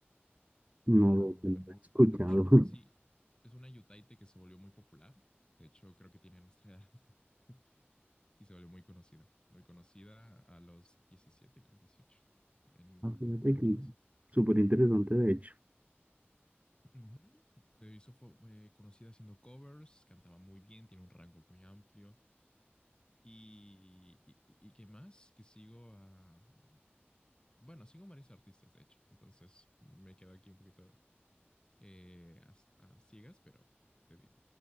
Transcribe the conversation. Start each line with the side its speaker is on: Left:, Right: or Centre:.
Right: No
Left: pero,
Right: lo que no
Left: pero me
Right: he
Left: gusta
Right: escuchado.
Left: mucho.
Right: <laughs>
Left: Sí, es una yutaite que se volvió muy popular. De hecho, creo que tiene nuestra edad <laughs> y se volvió muy conocida. Muy conocida a los 17 creo 18 en
Right: Ah,
Left: Japón
Right: fíjate
Left: y
Right: que
Left: todo eso.
Right: Súper interesante, de hecho.
Left: Ujú. Se hizo fo- eh, conocida haciendo covers, cantaba muy bien, tiene un rango muy amplio. Y, y, y qué más, que sigo a... Bueno, sigo a varios artistas, de hecho. Entonces me quedo aquí un poquito eh, a, a ciegas, pero te digo.